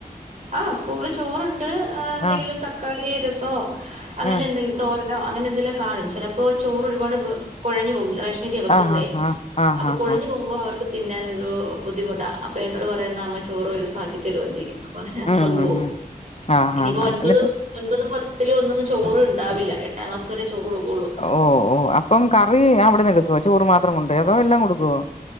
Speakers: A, on the right; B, on the left.
A: ആഹ് സ്കൂളി ചോറുണ്ട് എന്തെങ്കിലും
B: ആഹ്
A: തക്കാളി രസോ അങ്ങനെ
B: ഉം
A: എന്തെങ്കിലും തോരനോ അങ്ങനെന്തേലോ കാണും ചെലപ്പോ ചോറ് ഒരുപാട് കൊഴഞ്ഞു പോവും ഇത്തിരിയാ വെക്കുന്നതേ
B: ആഹ് ആഹ് ആഹ്
A: അപ്പൊ കൊഴഞ്ഞു
B: ആഹ്
A: പോകുമ്പോ അവർക്ക്. തിന്നാനൊരു ബുദ്ധിമുട്ടാഅപ്പൊ എന്നോട് പറയുന്നമ്മ ചോറ് ഒരു സാക്കി തരുകയും ചെയ്യും അപ്പൊ ഹേ
B: ഉം
A: കൊണ്ടുപോവും
B: ഉം ഉം ആഹ്
A: ഇനിപ്പോ
B: ആഹ്
A: ഒൻപത്-
B: എന്നിട്ട്
A: ഒൻപതും പത്തിലൊന്നും ചോറ്ണ്ടാവില്ല എട്ടാം ക്ലാസ് വരെ ചോറ് കൊടുക്കൊള്ളൂ
B: ഓ ഓ അപ്പം കറി അവിടുന്ന് എടുക്കുവോ ചോറ് മാത്രംകൊണ്ട് അതോ എല്ലാം കൊടുക്കുവോ?